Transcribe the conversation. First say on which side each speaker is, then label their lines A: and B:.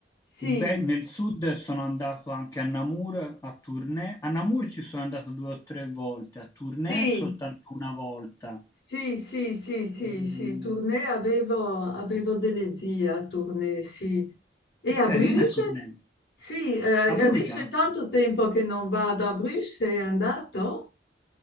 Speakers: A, on the left; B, on the left.
A: sì,
B: In Be- nel sud sono andato anche a Namur, a Tournai. A Namur ci sono andato due o tre volte, a Tournai
A: sì,
B: soltanto una volta.
A: sì, sì, sì, sì,
B: Ehm,
A: sì, Tournai avevo, avevo delle zie a Tournai, sì. E
B: è
A: a
B: carina
A: Bruges?
B: Tournai.
A: Sì, eh,
B: A Bruges
A: adesso
B: anche.
A: è tanto tempo che non vado a Bruges, sei andato?